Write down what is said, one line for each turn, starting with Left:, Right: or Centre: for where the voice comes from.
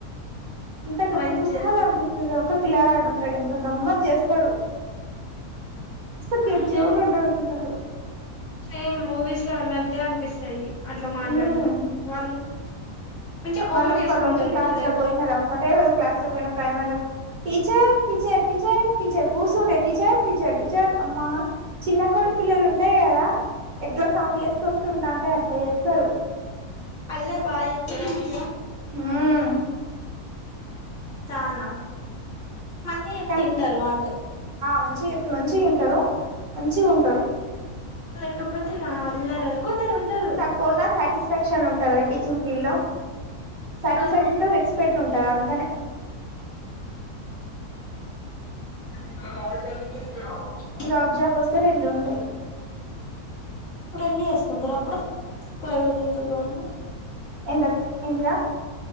Right: ఎంత గమ్మత్
Left: మంచిగా
Right: గమ్మత్ అనిపిస్తది ఒక పిలగాడు ఉంటాడు ఇంకా గమ్మత్ చేస్తా స్తడు మస్తు క్యూట్
Left: మంచిగా
Right: క్యూట్ గా ఉంటరు పిల్లలు
Left: సేమ్ మూవీస్ లో ఉన్నట్టే అనిపిస్తది అట్లా మాట్లాడితే
Right: మ్మ్
Left: వాళ్ళు మంచిగా
Right: మళ్ళ
Left: ఓన్
Right: ఒక్క
Left: చేసుకుంటారు
Right: రోజు క్లాస్
Left: పిల్లలు
Right: లో పోయిన రా ఒక్కటే రోజు క్లాస్ లో పోయిన ప్రైమరీ లకు టీచర్ టీచర్ టీచర్ టీచర్ కుసుండే టీచర్ టీచర్ టీచర్ అమ్మా చిన్న కోడి పిల్లలు ఉంటాయి కదా ఎట్లా సౌండ్ చేసుకుంటు ఉంటా అంటే అట్లా చేస్తారు
Left: అల్లరి బాగా చెత్తర మంచిగా
Right: హు
Left: చాలా మంచిగా చెప్తే
Right: కనీ
Left: ఇంటారు వాళ్ళే
Right: మంచిగా చెప్ మంచిగా వింటరు మంచిగా ఉంటారు
Left: లేకపోతే అల్లరి అది కొందరు ఉంటరు
Right: కొన్నా సాటిస్ఫాక్షన్ ఉంటందిరా టీచింగ్ ఫీల్డ్ లో సాటిస్ఫాక్షన్
Left: అవును
Right: టూ రేస్ స్పెక్ట్ ఉంటది అందుకనే
Left: <inaudible>
Right: గౌట్ జాబ్ వస్తే రెండు ఉంటాయి
Left: ఇప్పుడన్ని ఏసుకుంటారా అప్పుడు ప్రైవేట్ ఇంత గనం
Right: ఎందక్ ఏందిరా